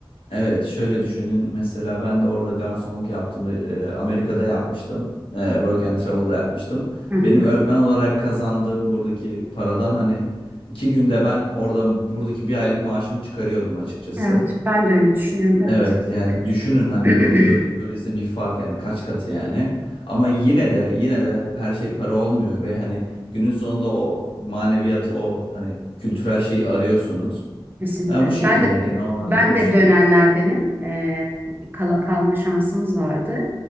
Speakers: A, on the left (about 80°); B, on the right (about 20°).
A: Evet, şöyle düşünün. Mesela ben de orada garsonluk yaptığımda e, Amerika'da yapmıştım. E, Work and Travel'la yapmıştım.
B: Hı hı.
A: Benim öğretmen olarak kazandığım buradaki paradan hani iki günde ben orada buradaki bir aylık maaşımı çıkarıyordum açıkçası.
B: Evet, ben de öyle düşünüyorum. Evet.
A: Evet yani düşünün hani
B: <clears throat>
A: bu böyle, böylesine bir fark yani kaç katı yani. Ama yine de yine de her şey para olmuyor ve hani günün sonunda o maneviyatı o hani kültürel şeyi arıyorsunuz.
B: Kesinlikle.
A: Yani bu şekilde
B: Ben de
A: genel olarak
B: ben
A: böyle
B: de
A: düşünüyorum.
B: dönenlerdenim. Ee, kala, kalma şansımız vardı.